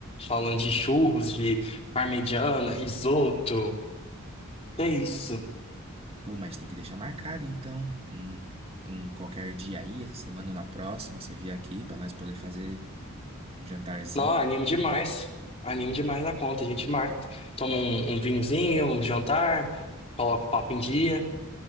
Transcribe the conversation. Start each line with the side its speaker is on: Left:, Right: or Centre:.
Left: Falando de churros, de parmegiana, risoto. É isso.
Right: Pô, mas tem que deixar marcado então. Um, um qualquer dia aí, essa semana ou na próxima, você vier aqui para nós poder fazer um jantarzinho.
Left: Não, animo demais. Animo demais na conta. A gente marca. Toma um, um vinhozinho, um jantar, coloca o papo em dia,